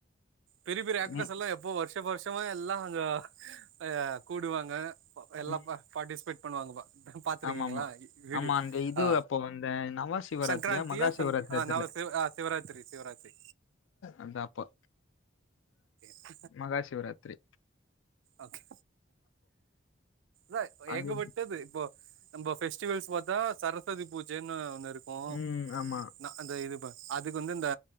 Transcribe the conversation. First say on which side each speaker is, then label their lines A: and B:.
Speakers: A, on the right; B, on the left.
A: பெரி பெரி ஆக்டர்ஸ்
B: நீ
A: எல்லா எப்போ வருஷ வருஷமோ எல்லா அங்க ஆ கூடுவாங்க பா எல்லா
B: ம்
A: பார்ட்சிபைட் பண்ணுவாங்கப்பா பாத்திருக்கீங்களா
B: ஆமாமா ஆமா
A: வீடியோ
B: ஆமா அந்த இது
A: ஆ
B: அப்போ அந்த நவ சிவராத்திரியா
A: சங்கராந்தியா
B: மகா சிவராத்திரியா
A: ஆ
B: தெர்ல
A: நவ் சிவா ஆ சிவாராத்ரி சிவாராத்ரி
B: அந்த அப்ப
A: ஓகே.
B: மகாசிவராத்திரி
A: ஒகே இத
B: அது
A: ஏகப்பட்டது இப்போ நம்ம பெஃஸ்டிவல்ஸ் பாத்தா சரஸ்வதி பூஜைன்னு ஒன்னு இருக்கு
B: ம் ஆமா
A: ந இந்த இது பார் அதுக்கு வந்து அந்த